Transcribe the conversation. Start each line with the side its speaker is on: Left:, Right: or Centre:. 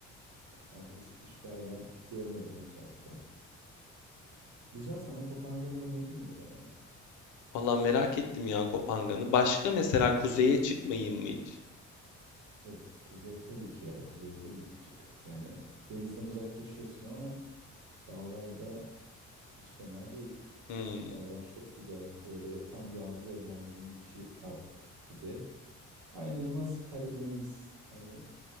Right: Agresif hiçbir hayvan görmedim etrafta. Güzel sana Kopangan'ı öneririm o zaman.
Left: Valla merak ettim ya Kopangan'ı. Başka mesela kuzeye çıkmayayım mı hiç?
Right: Of kuzey tabii ki ya kuzeye tabii ki çık. Yani denizden uzaklaşıyorsun ama dağlarda hiç fena değil.
Left: Hmm.
Right: Dağlar çok güzel. Böyle tam yağmur ormanlarının içi artık kuzey. Aynı nasıl Karadeniz hani